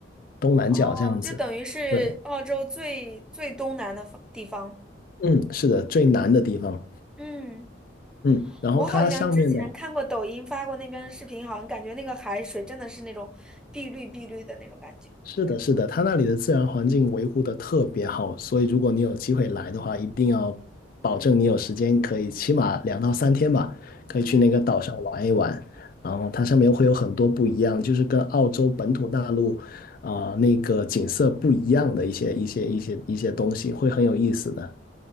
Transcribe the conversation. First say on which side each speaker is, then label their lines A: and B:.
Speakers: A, on the left; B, in the centre.
A: 东南角这样子。
B: 哦，就等于是澳洲最最东南的方地方。
A: 对，嗯，是的，最南的地方。
B: 嗯。
A: 嗯，然后它上面的
B: 我好像之前看过抖音发过那边的视频，好像感觉那个海水真的是那种碧绿碧绿的那种感觉。
A: 是的，是的，它那里的自然环境维护的特别好，所以如果你有机会来的话，一定要保证你有时间，可以起码两到三天吧，可以去那个岛上玩一玩。
B: 嗯，
A: 然后它上面会有很多不一样，就是跟澳洲本土大陆啊、那个景色不一样的一些一些一些一些东西，会很有意思的。